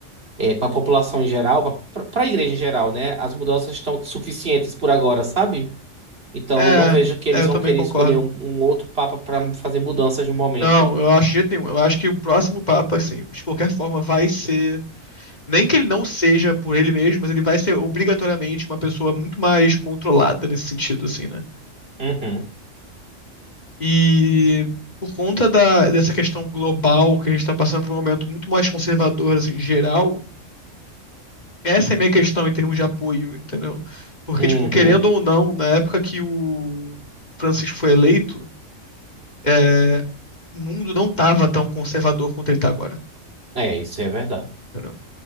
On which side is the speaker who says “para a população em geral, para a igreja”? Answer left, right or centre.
Right